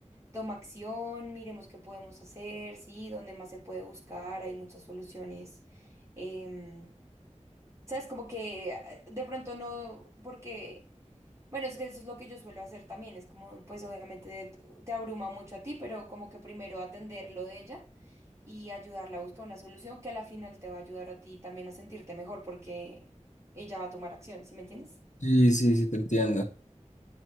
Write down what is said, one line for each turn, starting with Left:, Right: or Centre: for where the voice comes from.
Right: Toma acción, miremos qué podemos hacer, sí, dónde más se puede buscar, hay muchas soluciones. Em, sabes, como que eh, de pronto no, porque, bueno, es que eso es lo que yo suelo hacer también, es como, pues obviamente te, te abruma mucho a ti, pero como que primero atender lo de ella y ayudarla a buscar una solución que a la final te va a ayudar a ti también a sentirte mejor porque ella va a tomar acción, ¿sí me entiendes?
Left: Sí, sí, sí, te entiendo.